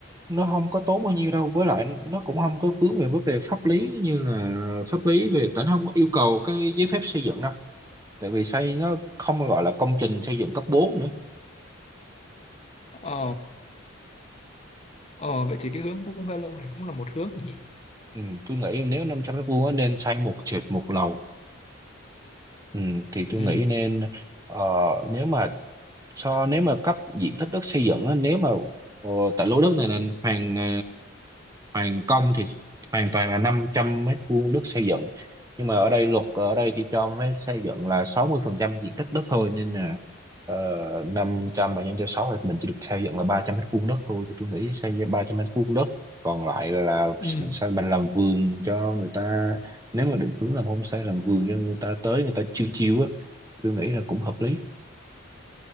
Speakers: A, on the right (about 15°); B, on the left (about 30°).
A: nó không có tốn bao nhiêu đâu với lại nó cũng không có vướng về vấn đề pháp lý như là pháp lý về tỉnh không có yêu cầu cái giấy phép xây dựng đâu tại vì xây nó không gọi là công trình xây dựng cấp bốn nữa
B: ờ ờ vậy thì cái hướng bungalow này cũng là một hướng nhỉ
A: ừ. tôi nghĩ nếu 500 mét vuông á, nên xây một trệt một lầu ừ. thì
B: ừ
A: tôi nghĩ nên ờ, nếu mà so nếu mà cấp diện tích đất xây dựng á, nếu mà ờ, tại lô đất này là hoàn ờ, hoàn công thì hoàn toàn là 500 mét vuông đất xây dựng nhưng mà ở đây luật ở đây thì cho mới xây dựng là 60% diện tích đất thôi nên là ờ, 500 mà nhân cho 6 thì mình chỉ được xây dựng là 300 mét vuông đất thôi thì tôi nghĩ xây ra 300 mét vuông đất còn lại là
B: ừ
A: mình sẽ mình làm vườn cho người ta nếu mà định hướng làm homestay làm vườn cho người ta tới người ta chiêu chiêu á tôi nghĩ là cũng hợp lý